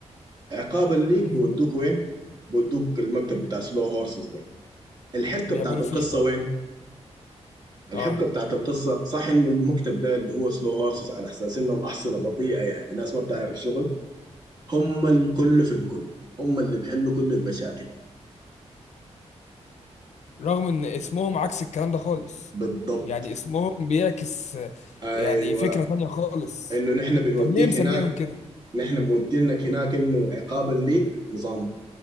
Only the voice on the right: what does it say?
عقابا ليك
بودوك وين بودوك المكتب بتاع سلو هورسز ده الحبكة
بتاعت القصة
وين الحبكه
بتاعت القصه صح انه المكتب ده اللي هو سلو هورسز على اساس انهم احصنه بطيئه يعني ناس ما بتعرف شغل هم الكل في الكل هم اللي بيحلوا كل المشاكل يعني
بالضبط
ايوه
انه نحن بنوديك
هناك
نحن مودينك هناك انه عقابا ليك نظام